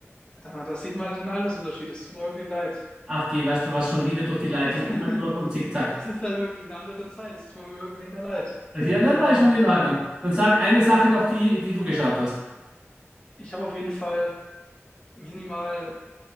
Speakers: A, on the left; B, on the right.
A: verdammt, das sieht man halt den Altersunterschied. Es tut mir wirklich leid.
B: Ach, geh, weißt du was, schon wieder durch die Leitung,
A: <laughs>
B: einmal durch und zickzack.
A: Es ist halt wirklich eine andere Zeit. Es tut mir mega leid.
B: Ja,
A: Kenne
B: nein,
A: ich leider
B: nein, ist
A: auch
B: schon
A: nicht.
B: in Ordnung. Dann sag eine Sache noch, die, die du geschaut hast.
A: Ich habe auf jeden Fall minimal,